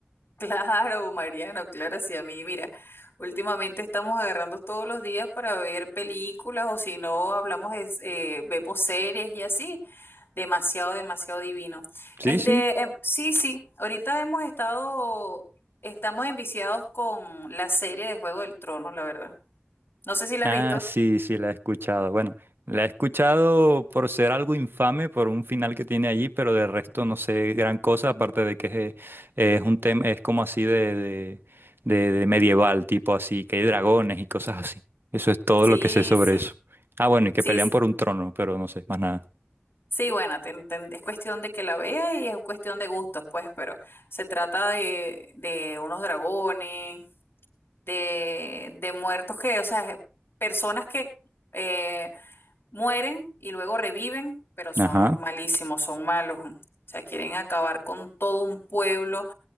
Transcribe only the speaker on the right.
Sí,
sí.
Ah,
sí, sí, la he escuchado. Bueno, la he escuchado por ser algo infame, por un final que tiene allí, pero de resto no sé gran cosa, aparte de que es, eh, es un tema, es como así de, de, de- de medieval, tipo así, que hay dragones y cosas así. Eso es todo
lo que sé sobre
eso. Ah, bueno, y que
pelean por un trono, pero no sé más nada.
Ajá.